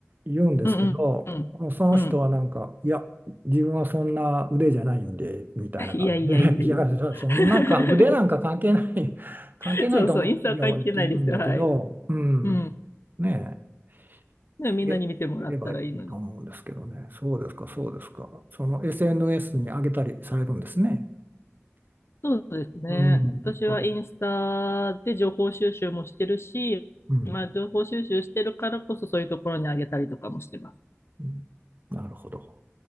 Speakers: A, on the right; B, on the left.
A: 言うんですけど、
B: うん、うん、
A: もうその人はなんか、
B: うん。
A: いや、自分はそんな腕じゃないんで、みたいな感じで、
B: いやいやいやいやいや。
A: <laughs> いや、そんなんか腕なんか関係ない、<laughs> 関係ないと思うよって言うんだけど、
B: <laughs> そうそう、インスタは関係ないですよ、はい。
A: うん。
B: うん。
A: ねえ、
B: ねみんなに見てもらったらいいのに。
A: あげ、あげればいいと思うんですけどね。そうですか、そうですか。その SNS に上げたりされるんですね。
B: そうですね。
A: うん、
B: 私はインスタで情報収集もしてるし、
A: そううん、
B: まあ、情報収集してるからこそそういうところにあげたりとかもしてます。
A: うんなるほど。